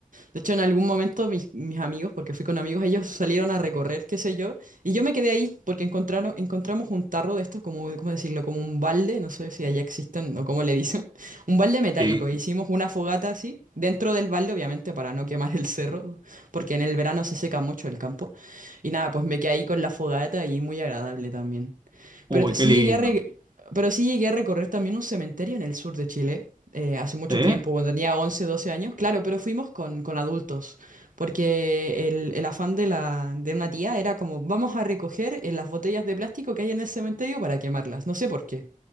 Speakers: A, on the right; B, on the right.
A: De hecho, en algún momento mis, mis amigos, porque fui con amigos, ellos salieron a recorrer, qué sé yo, y yo me quedé ahí porque encontraron, encontramos un tarro de estos, como, ¿cómo decirlo? Como un balde, no sé si allá existen o cómo le dicen, <laughs> un balde metálico.
B: Sí,
A: E Hicimos una fogata así, dentro del balde, obviamente, para no quemar el cerro, porque en el verano se seca mucho el campo. Y nada, pues me quedé ahí con la fogata y muy agradable también.
B: uy,
A: Pero t-
B: qué
A: sí
B: lindo.
A: llegué a re- pero sí llegué a recorrer también un cementerio en el sur de Chile. eh, hace mucho
B: ¿Sí?
A: tiempo, cuando tenía 11 12 años, claro, pero fuimos con, con adultos, porque el, el afán de, la, de una tía era como, vamos a recoger eh, las botellas de plástico que hay en el cementerio para quemarlas, no sé por qué,